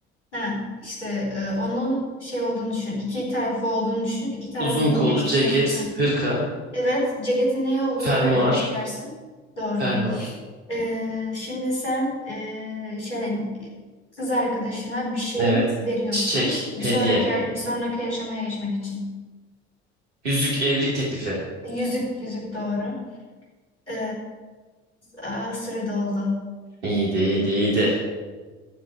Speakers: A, on the left; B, on the right.
A: Ha, işte e, onun şey olduğunu düşün. İki tarafı olduğunu düşün. İki tarafını
B: Uzun kollu
A: birleştirmek
B: ceket,
A: için.
B: hırka,
A: Evet ceketin neye olur?
B: fermuar,
A: Yukarı doğru çekersin. Doğru.
B: fermuar.
A: Ee, şimdi sen e, şey kız arkadaşına bir şey
B: Evet.
A: veriyorsun.
B: Çiçek,
A: Bir
B: hediye.
A: sonraki bir sonraki aşamaya geçmek için.
B: Yüzük, evlilik teklifi.
A: Yüzük yüzük doğru. Ee, aa, süre doldu.
B: İyiydi, iyiydi, iyiydi.